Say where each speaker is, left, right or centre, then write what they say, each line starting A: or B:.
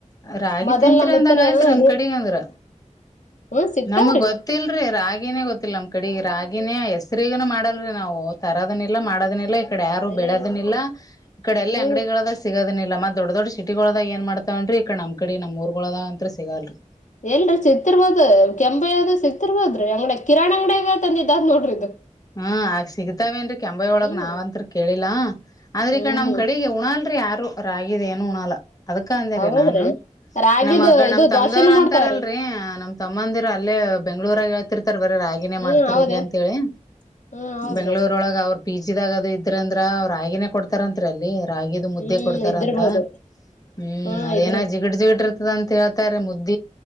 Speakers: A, on the left (about 25°); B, on the left (about 70°).
A: ರಾಗಿ
B: ಮೊದಲ್
A: ತಿಂತೀರಿ
B: ನಮ್ ಮುತ್ಯಾರ
A: ಅಂದಂಗ ಆಯ್ತ್ರಿ ನಮ್
B: ರು
A: ಕಡೆಗಂದ್ರ
B: ಹ್ಮ್ ಸಿಗ್ತಾವ್ರಿ.
A: <inaudible> ನಮಗ್ ಗೊತ್ತಲ್ರಿ ರಾಗಿನೇ ಗೊತ್ತಿಲ್ಲ ನಮ್ ಕಡೆ ರಾಗಿನೇ ಹೆಸರಿಗನ ಮಾಡಲ್್ರೀ ನಾವು ತರೋದನಿಲ್ಲ ಮಾಡದನಿಲ್ಲ ಈ ಕಡೆ ಯಾರು ಬೆಳೆದನಿಲ್ಲ
B: ಏ
A: ಇ ಕಡೆ ಎಲ್ಲಿ
B: ಹ್ಮ್
A: ಅಂಗಡಿಗಳಲ್ಲ ಸಿಗದಿಲ್ಲ ಇಲ್ಲತ್ತತ್ ದೊಡ್ ದೊಡ್ಡ ಸಿಟಿಗಳಳದ ಏ ಮಾಡ್ತವನ್ರಿ ಈ ಕಡ ನಮ್ಮ ಕಡೆ ನಮ ಊರ್ಗಳಳದ ಅಂತ್ ಸಿಗಲ್ರಿ
B: ಎಲ್ರರಿ ಸಿತ್ತಿರ್ಬೋದು ಕೆಂಪ ಯ್ದ ಸಿತ್ತಿರ್ಬೋದ್ರಿ ಅಂಗ್ಡ ಕಿರಣಾಣ್ ಅಂಗಡಡಿಗಂದಿದ್ದ್ ನೋಡ್ರಿ ಇದು
A: ಹ್ಮ ಆಗ ಸಿಗ್ತಾವೇನ್ರಿ ಕೆಂಬೈ
B: ಹ್ಮ್
A: ಒಳಗ್ ನಾವ್ಂತತ್ ಕೇಳಿಲ್ಲಾ ಆದ್ರಿ
B: ಹ್ಮ್
A: ಕ ನಮ್ ಕಡೆಗೆ ಉಣಲ್ರಿ ಯಾರ ರಾಗಿದಏನು ಉಣಾಲ ಅದಕ್ಕ ಅಂದೇಾರ
B: ಹೌದ್ರಿ.
A: ನಾನು
B: ರಾಗಿದು
A: ನಮ್ಗ ನಮ್
B: ಇದು
A: ತಮದವ್ರ
B: ದ್ವಾಸೆನು ಮಾಡ್ತಾವ್ರಿ
A: ಅಂತಾರಲ್ರಿ ನಮ್ ತಮ್ಮಂದಿರ ಅಲ್ಲೇ ಬೆಂಗ್ಳೂರಾಗ ಹೇಳ್ತಿರ್ತಿ ಬರ ರಾಗಿಿನೇ
B: ಹ್ಮ್
A: ಮಾಡ್ತಾರ
B: ಹೌದೇನ್
A: ಇಲ್ಲಿ ಅಂತೇಳಿ
B: ಹ್ಮ್ ಹೌದ್ರಿ
A: ಬೆಂಗಳೂರ ಒಳಗೆ ಅವ ಪಿ ಜಿದಾಗ ಅದು ಇದ್ರಂದ್ರ ಅವ್ರ ಆಗಿನೇ ಕೊಡ್ತಾರತ್ರಿ ಅಲ್ಲಿ ರಾಗಿದು ಮುದ್ದೆ
B: ಹ್ಮ್
A: ಕೊಡ್ತಾರ
B: ಇದ್ದಿರ್ಬೋದು.
A: ಅಂತ ಹ್ಮ್
B: ಹಾ
A: ಅದೇನ
B: ಇದ್ರ
A: ಜಿಗತ್ ಜಿಗಟ್ ಅಂತ ಹೇಳ್ತಾರೆ ಮುದ್ದ